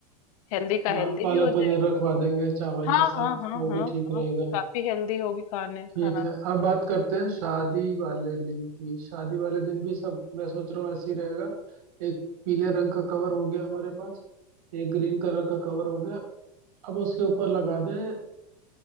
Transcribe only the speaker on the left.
हेल्दी का
हेल्दी
भी हो जाएगा
हाँ
हाँ हाँ
हाँ
हाँ काफी हेल्दी होगी खाने
खाना
पे।